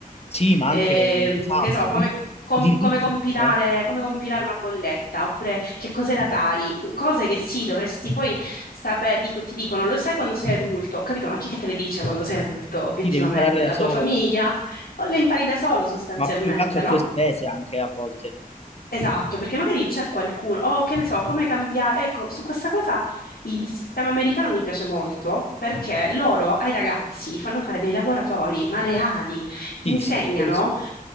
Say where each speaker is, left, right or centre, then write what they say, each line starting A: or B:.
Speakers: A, on the left; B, on the left.
A: Sì, ma
B: Ehm,
A: anche, esatto,
B: che so, come,
A: anche
B: com-
A: diritto
B: come compilare,
A: anche, eh.
B: come compilare una bolletta, oppure che cos'è la Tari, cose che sì, dovresti poi sapere, dico- ti dicono, lo sai quando sei adulto, ho capito, ma chi è che te le dice quando sei adulto, obiettivamente?
A: Sì, devi imparare da
B: La
A: solo,
B: tua famiglia? O le impari da solo, sostanzialmente,
A: ma più che altro a
B: no?
A: tue spese anche a volte.
B: Esatto, perché magari c'è qualcuno, oh, che ne so, come cambiare. Ecco, su questa cosa il sistema americano mi piace molto perché loro ai ragazzi fanno fare dei laboratori, ma reali, ti
A: Sì,
B: insegnano,
A: sì, sì, quello sì.